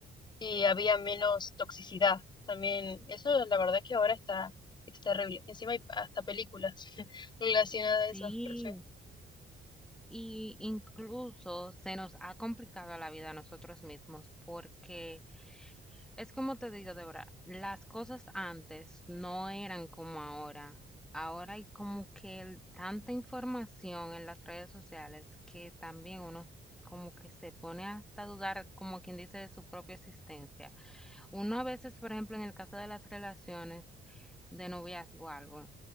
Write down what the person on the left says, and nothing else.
y había menos toxicidad. También eso la verdad que ahora está, está terrible. Encima hay hasta películas <laughs> relacionadas a eso.
re feo.